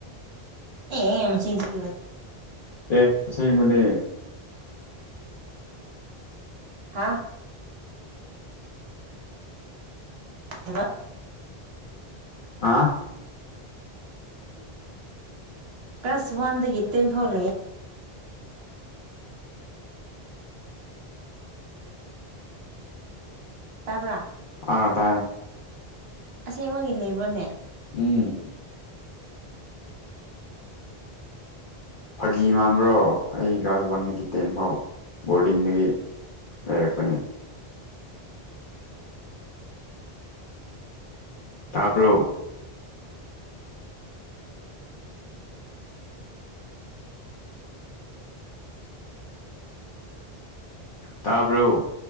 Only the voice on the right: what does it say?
ꯑꯦ ꯃ ꯆꯤꯡꯁꯤ
ꯍꯥꯥ ꯍꯂꯣ
ꯍ ꯀ꯭ꯂ꯭ꯂꯁ ꯋꯥꯟꯗꯗꯒꯤ ꯇꯦꯝ ꯐꯥꯎꯜꯦ ꯇꯥꯕ꯭ꯔꯥ
ꯑꯁꯦꯡꯕ ꯂꯩꯕ꯭ꯔꯣꯅꯦ